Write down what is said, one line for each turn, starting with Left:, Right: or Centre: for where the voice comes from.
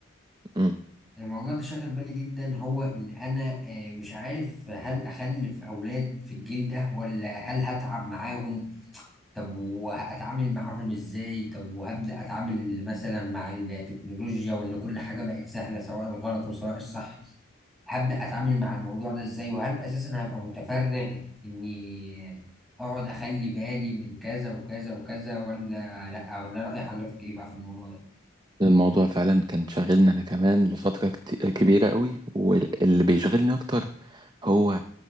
Right: امم
Centre: الموضوع ده شاغل بالي جدا هو ان انا آه مش عارف هل اخلف اولاد في الجيل ده ولا هل هتعب معاهم طب وهتعامل معاهم ازاي طب وهبدا اتعامل مثلا مع التكنولوجيا وان كل حاجه بقت سهله سواء الغلط وسواء الصح هبدأ أتعامل مع الموضوع ده إزاي وهل أساسا هبقى متفرغ إني أقعد أخلي بالي من كذا وكذا وكذا ولا لأ ولا رأي حضرتك إيه بقى في الموضوع ده؟
Right: الموضوع فعلا كان شاغلني انا كمان لفترة كت- كبيرة قوي واللي بيشغلني اكتر هو